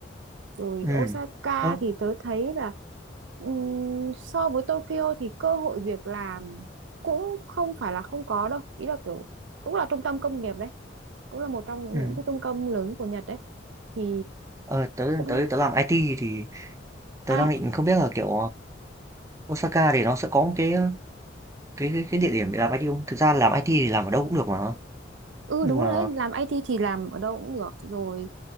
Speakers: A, on the right; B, on the right.
A: rồi
B: Ừ.
A: Osaka
B: Ơ,
A: thì tớ thấy là ừm, so với Tokyo thì cơ hội việc làm cũng không phải là không có đâu ý là kiểu cũng là trung tâm công nghiệp đấy cũng là một trong
B: Ừ.
A: những cái trung tâm lớn của Nhật đấy thì
B: Ờ, tớ,
A: cũng
B: tớ, tớ làm IT thì tớ
A: à
B: đang định không biết là kiểu Osaka thì nó sẽ có một cái Cái cái cái địa điểm để làm IT không? Thực ra làm IT thì làm ở đâu cũng được mà,
A: ừ
B: nhưng
A: đúng
B: mà,
A: rồi đấy làm IT thì làm ở đâu cũng được rồi